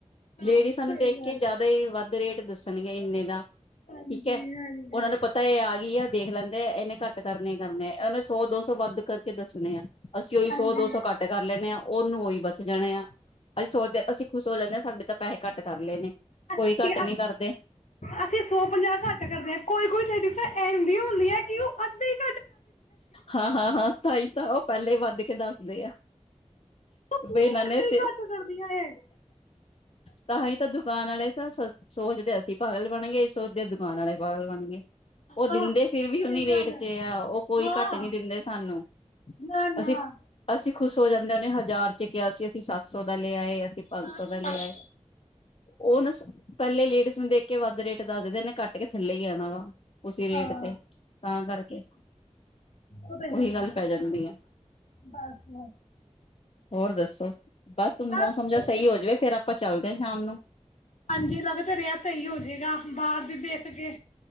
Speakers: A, on the left (about 80°); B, on the left (about 55°).
A: ਆਹੋ
B: ਲੇਡੀਜ਼ ਸਾਨੂੰ
A: ਸਹੀ
B: ਦੇਖ
A: ਗੱਲ
B: ਕੇ ਜਿਆਦਾ ਹੀ ਵੱਧ ਰੇਟ ਦੱਸ ਮੈ ਕਿਹਾ ਇੰਨੇ ਦਾ
A: ਹਾਂਜੀ
B: ਠੀਕ ਹੈ,
A: ਹਾਂਜੀ।
B: ਉਹਨਾਂ ਨੂੰ ਪਤਾ ਇਹ ਆ ਗਈ ਆ। ਦੇਖ ਲੈਂਦੇ ਆ ਇਹਨੇ ਘੱਟ ਕਰਨੇ ਹੀ ਕਰਨੇ ਆ, ਉਹਨੇ ਸੌ ਦੋ ਸੌ ਵੱਧ ਕਰਕੇ ਦੱਸ ਕਰਨੇ ਆ, ਅਸੀਂ ਉਹੀ
A: ਹਾਂਜੀ।
B: ਸੌ ਦੋ ਸੌ ਘੱਟ ਕਰ ਲੈਦੇ ਹਾਂ, ਉਹਨੂੰ ਉਹੀ ਬਚ ਜਾਣੇ ਆ। ਅਸੀਂ ਸੋਚਦੇ ਅਸੀਂ ਖੁਸ਼ ਹੋ ਜਾਂਦੇ ਹਾਂ ਸਾਡੇ ਤਾਂ ਪੈਸੇ ਘੱਟ ਕਰ ਲਏ ਨੇ
A: ਅੱਛਾ,
B: ਕੋਈ
A: ਅਸੀਂ
B: ਘੱਟ ਨੀ ਕਰਦੇ
A: ਅਸੀਂ ਸੌ ਪੰਜਾਹ ਘੱਟ ਕਰਦੇ ਹਾਂ, ਕੋਈ ਕੋਈ ਲੇਡੀਜ਼ ਇਦਾਂ ਦੀਆਂ ਹੁੰਦੀਆਂ <unintelligible>
B: ਹਾਂ, ਹਾਂ, ਹਾਂ, ਤਾਂਈ ਤਾਂ ਉਹ ਪਹਿਲੇ ਵੱਧ ਕੇ ਦੱਸਦੇ ਆ।
A: ਉਹ ਪੂਰੇ
B: ਬਈ ਨਾਨੇ
A: ਅੱਧੇ
B: ਚ
A: ਹੀ ਘੱਟ ਕਰਦੀਆਂ ਨੇ
B: ਤਾਂ ਹੀ ਤਾਂ ਦੁੱਖ ਦੁਕਾਨ ਵਾਲੇ ਤਾਂ ਸੋਚਦੇ ਅਸੀਂ ਪਾਗਲ ਬਣ ਗਏ, ਅਸੀ ਸੋਚਦੇ ਦੁਕਾਨ ਵਾਲੇ ਪਾਗਲ ਬਣ ਗਏ। ਉਹ ਦਿੰਦੇ
A: ਹਾਂ
B: ਫਿਰ ਵੀ
A: ਸਹੀ
B: ਉਹਨੀ ਰੇਟ
A: ਗੱਲ ਹੈ
B: ਚ ਆ ਉਹ ਕੋਈ
A: ਹਾਂ
B: ਘੱਟ ਨੀ ਦਿੰਦੇ ਸਾਨੂੰ,
A: ਨਾ ਨਾ
B: ਅਸੀਂ ਅਸੀਂ ਖੁਸ ਹੋ ਜਾਂਦੇਣ। ਨੇ ਹਜ਼ਾਰ ਚ ਕਿਹਾ ਸੀ ਅਸੀਂ ਸੱਤ ਸੌ ਦਾ ਲਿਤਾ ਐ ਲਿਆ ਏ ਅਸੀਂ ਪੰਜ
A: ਬਸ
B: ਸੌ ਦਾ ਲਿਆ
A: ਬਸ
B: ਆਏ, ਔ ਨਾ ਪੈਲੇ ਲੇਡੀਸ ਨੂੰ ਦੇਖ ਕੇ ਵੱਧ ਰੇਟ ਦੱਸ ਦਿੰਦੇ ਐਨੇ ਘੱਟ ਕੇ ਥੱਲੇ ਹੀ ਆਣਾ ਵਾ। ਉਸੀ ਰੇਟ
A: ਹਾਂ
B: ਤੇ ਤਾਂ ਕਰਕੇ
A: ਔ ਤੇ
B: ਉਹੀ
A: ਹੈ ਈ
B: ਗੱਲ
A: ਐ,
B: ਪੈ ਜਾਂਦੀ ਆ
A: ਬਾਸ।
B: ਹੋਰ ਦੱਸੋ? ਬਸ ਹੁਣ
A: ਬਸ
B: ਮੌਸਮ ਜਾ ਸਹੀ ਹੋ ਜਵੇ ਫੇਰ ਅਪ ਆਪਾਂ ਚੱਲਦੇ ਆ ਸ਼ਾਮ ਨੂੰ।
A: ਹਾਂਜੀ ਲਗ ਤੇ ਰਿਐ ਸਹੀ ਹੋਜੇਗਾ ਬਾਰ ਵੀ ਦੇਖ ਕੇ।